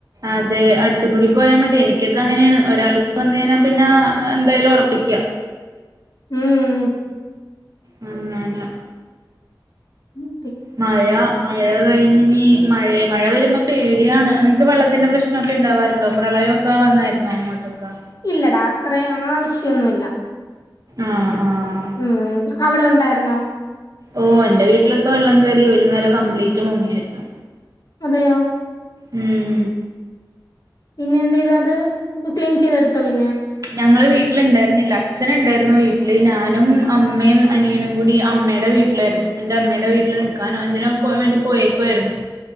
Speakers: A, on the right (about 45°); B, on the left (about 50°).
A: അതെ അടുത്ത് കൂടി പോയാൽ മതി എനിക്ക് ക്കെ അങ്ങനെയാണ് ഒരാൾക്ക് വന്ന കഴിഞ്ഞാൽ പിന്നെ എന്തായാലും ഒറപ്പിക്ക
B: ഉം
A: ഉം അയെന്നെ
B: ഉം
A: മയ മഴ കഴിഞ്ഞിനി മഴേ മഴ വരുമ്പോ പേടിയാണ് നിങ്ങക്ക് വെള്ളത്തിന്റെ പ്രശ്നൊക്കെ ഇണ്ടാവാറുണ്ടോ പ്രളയം ഒക്കെ വന്നായിരുന്നു അങ്ങോട്ടൊക്കെ
B: ഇല്ലടാ അത്ര ആ ഇഷ്യൂന്നുല്ല
A: ആഹ് ആഹ്
B: ഉം അവിടെ ഉണ്ടായിരുന്നോ
A: ഓഹ് എന്റെ വീട്ടിലൊക്കെ വെള്ളം കേറി ഒരു നില കംപ്ലീറ്റ് മുങ്ങിയായിരുന്നു
B: അതെയോ
A: ഉം
B: പിന്നെന്ത്യ്താ അത് ക്ലീൻ ചെയ്തെടുത്താ പിന്നെ
A: ഞങ്ങള് വീട്ടില് ഇണ്ടേര്ന്നില്ല അച്ഛന് ഇണ്ടേര്ന്നു വീട്ടില് ഞാനും അമ്മയും അനിയനും കൂടി അമ്മേടെ വീ ട്ടിലായിരുന്നു എന്റെ അമ്മയുടെ വീട്ടിൽ നിക്കാനോ എന്തിനോ പോ വേണ്ടി പോയേക്കുവായിരുന്നു